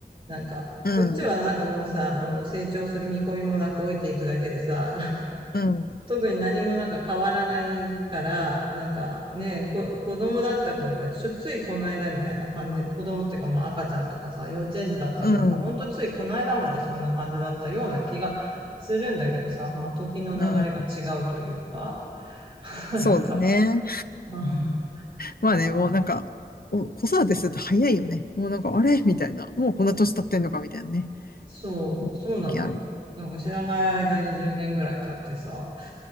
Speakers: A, on the right; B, on the left.
A: なんか、
B: うん、
A: こっちはなんかもうさ、もう成長する見込みもなく置いていくだけでさ、
B: うん、
A: 特に何もなんか変わらないから、なんかね、こ、子供だった頃が、ちょ、ついこの間みたいな感じ、子供っていうかまあ赤ちゃんとかさ、幼稚園児だった頃が、
B: うん、
A: ほんとついこの間までそんな感じだったような気がするんだけどさ、まあ時の流れが違うというか、
B: うん。
A: <laughs> なのか、
B: そうだね。
A: <laughs> まあ、
B: まあね、
A: まあ
B: もうなんか、お子育てすると早いよね。もうなんか、あれみたいな。もうこんな年経ってんのかみたいなね。
A: そう、
B: 思う時ある。
A: そうなのよ。なんか知らない間に10年ぐらい経ってさ、